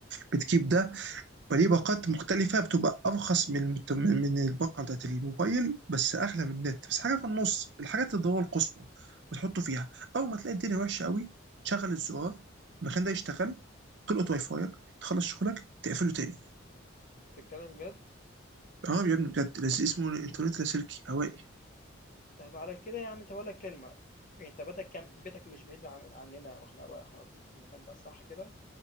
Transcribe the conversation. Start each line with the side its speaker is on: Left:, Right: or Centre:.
Right: بتجيب ده فليه باقات مختلفة بتبقى أرخص من من من الباقة بتاعت الموبايل بس أغلى من النت بس حاجة في النص الحاجات الضرورة القصوى وتحطه فيها أول ما تلاقي الدنيا وحشة قوي تشغل الزرار المكان ده يشتغل تلقط واي فايك تخلص شغلك تقفله تاني
Left: بتتكلم جد؟
Right: اه يا ابني بجد لز- اسمه الإنترنت لاسلكي هوائي
Left: طب على كده يعني طب أقول لك كلمة، أنت بيتك يعني بيتك مش بعيد عن عننا وإحنا وإحنا في في المكان ده صح كده؟